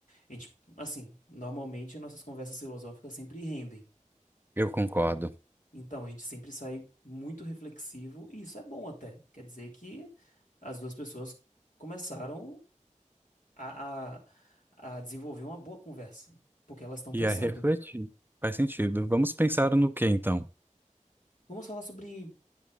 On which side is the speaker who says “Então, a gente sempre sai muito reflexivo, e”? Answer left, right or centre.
Left